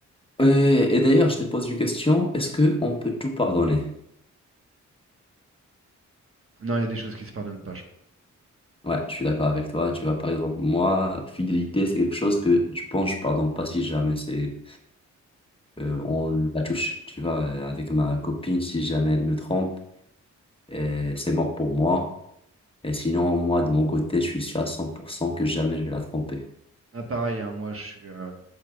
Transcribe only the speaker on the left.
Euh, et d'ailleurs, je te pose une question, est-ce que on peut tout pardonner?
Ouais, je suis d'accord avec toi. Tu vois, par exemple, moi, fidélité, c'est quelque chose que je pense, je pardonne pas si jamais c'est euh, on la touche, tu vois, euh, avec ma copine, si jamais elle me trompe, euh, c'est mort pour moi. Et sinon, moi, de mon côté, je suis sûr à 100% que jamais je vais la tromper.